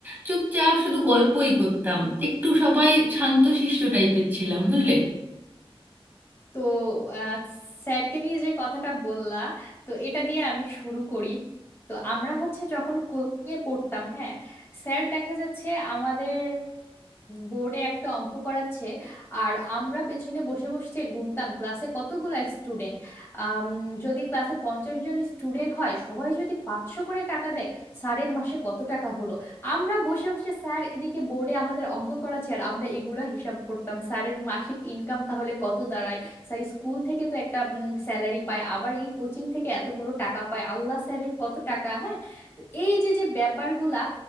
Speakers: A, on the right; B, on the left.
A: চুপচাপ শুধু গল্পই করতাম একটু সবাই শান্তশিষ্ট টাইপের ছিলাম বুঝলে
B: তো আহ, স্যারকে নিয়ে যে কথাটা বললা তো এটা দিয়ে আমি শুরু করি তো আমরা হচ্ছে যখন কোচিং এ পড়তাম হ্যাঁ স্যার দেখা যাচ্ছে আমাদের বোর্ডে একটা অঙ্ক করাচ্ছে আর আমরা পেছনে বসে বসে গুনতাম ক্লাসে কতগুলা স্টুডেন্ট যদি ক্লাসে পঞ্চাশ জন স্টুডেন্ট হয় সবাই যদি পাঁচশো করে টাকা দেয় স্যারের মাসে কত টাকা হলো আমরা বসে বসে স্যার এদিকে বোর্ডে আমাদের অঙ্ক করাচ্ছে আর আমরা এগুলা হিসাব করতাম স্যারের মাসিক ইনকাম তাহলে কত দাঁড়ায় স্যার স্কুল থেকে তো একটা স্যালারি পায় আবার এই কোচিং থেকে এতগুলো টাকা পায় আল্লাহ স্যারের কত টাকা হ্যাঁ তো এই যে যে ব্যাপারগুলা